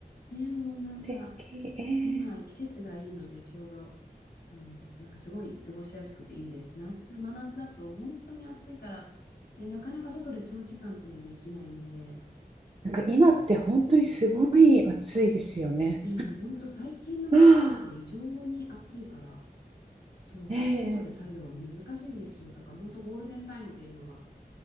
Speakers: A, on the left; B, on the right.
A: でもなんか
B: 素敵。えー、
A: 今、季節がいいので、ちょうど、うん、なんかすごい過ごしやすくていいです。夏、真夏だと本当に暑いから、ね、なかなか外で長時間っていうのはできないので、
B: なんか今って本当にすごい暑いですよね。
A: うん、ね、もう本当最近の夏って異常に暑いから、
B: <sighs> はあ
A: そう、
B: ね
A: 外で作業は難しいんですよ。だから本当ゴールデンタイムで今が。